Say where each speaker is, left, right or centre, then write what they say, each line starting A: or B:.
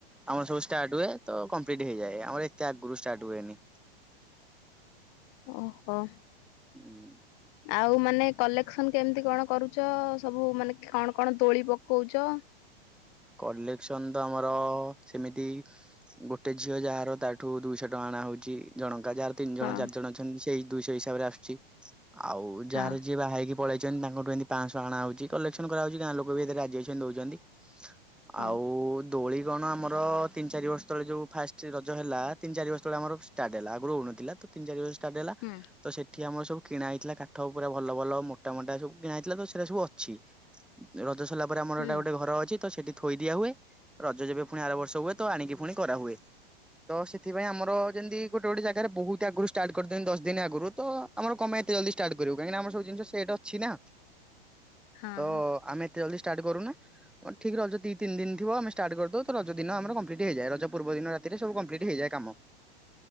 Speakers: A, in the centre; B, on the left.
A: ଆମର ସବୁ ଷ୍ଟାର୍ଟ ହୁଏ ତ କଂପ୍ଲିଟ୍ ଟି ହେଇଯାଏ ଆମର ଏତେ ଆଗୁରୁ ଷ୍ଟାର୍ଟ ହୁଏନି।
B: ଓହୋ।
A: ହୁଁ।
B: ଆଉ ମାନେ କଲେକ୍ସନ କେମିତି କଣ କରୁଚ, ସବୁ ମାନେ କଣ କଣ ତୋଳି ପକଉଚ?
A: କଲେକ୍ସନ ତ ଆମର ସେମିତି। ଗୋଟେ ଝିଅ ଯାହାର ତାଠୁ ଦୁଇଶହ ଟଙ୍କା ଆଣା ହଉଚି, ଜଣଙ୍କା ଯାହାର। ତିନି ଜଣ,
B: ହଁ
A: ଚାରି ଜଣ ଅଛନ୍ତି ସେଇ ଦୁଇଶହ ହିସାବରେ ଆସୁଚି। ଆଉ
B: ହଁ
A: ଯାହାର ଯିଏ ବାହା ହେଇକି। ପଳେଇଚନ୍ତି ତାଙ୍କଠୁ ଏମିତି ପାଞ୍ଚଶହ ଆଣା ହଉଚି, କଲେକ୍ସନ କରାହଉଚି ଗାଁ ଲୋକ ବି ଏଥିରେ ରାଜିଅଛନ୍ତି ଦଉଚନ୍ତି।
B: ହଁ
A: ଆଉ। ଦୋଳି କଣ ଆମର ତିନି, ଚାରି ବର୍ଷ ତଳେ ଯୋଉ ଫାଷ୍ଟ ରଜ ହେଲା ତିନି, ଚାରି ବର୍ଷ ତଳେ ଆମର ଷ୍ଟାର୍ଟ ହେଲା ଆଗୁରୁ ହଉନଥିଲା ତ। ତିନ, ଚାରି ବର୍ଷ ଷ୍ଟାର୍ଟ ହେଲା।
B: ହୁଁ
A: ତ ସେଠି ଆମର ସବୁ କିଣା ହେଇଥିଲା କାଠ ପୁରା ଭଲ ଭଲ ମୋଟା ମୋଟା ସବୁ କିଣା ହେଇଥିଲା ତ ସେଇରା ସବୁ ଅଛି। ରଜ ସରିଲା ପରେ ଆମର
B: ହୁଁ
A: ହେଟା ଗୋଟେ ଘର ଅଛି ତ ସେଠି। ଥୋଇ ଦିଆ ହୁଏ, ରଜ ଯେବେ ପୁଣି ଆର ବର୍ଷ ହୁଏ ତ ଆଣିକି ପୁଣି କରାହୁଏ। ତ ସେଥିପାଇଁ ଆମର ଯେମିତି ଗୋଟେ ଗୋଟେ ଜାଗାରେ ବହୁତ ଆଗରୁ ଷ୍ଟାର୍ଟ କରିଦିଅନ୍ତି ଦଶ ଦିନ ଆଗୁରୁ ତ। ଆମର କଣ ପାଇଁ ଏତେ ଜଲଦି ଷ୍ଟାର୍ଟ କରିବୁ କାହିଁକିନା ଆମ ସବୁ ଜିନିଷ ସେଟ୍ ଅଛି ନା।
B: ହଁ
A: ତ
B: ହଁ।
A: ଆମେ ଏତେ ଜଲଦି ଷ୍ଟାର୍ଟ କରୁନା ଠିକ ରଜ। ଦି, ତିନି ଦିନ ଥିବ ଆମେ ଷ୍ଟାର୍ଟ କରିଦଉ ତ ରଜ ଦିନ ଆମର କଂପ୍ଲିଟ ହେଇଯାଏ। ରଜ ପୂର୍ବ ଦିନ ରାତିରେ ସବୁ କଂପ୍ଲିଟ ହେଇଯାଏ କାମ।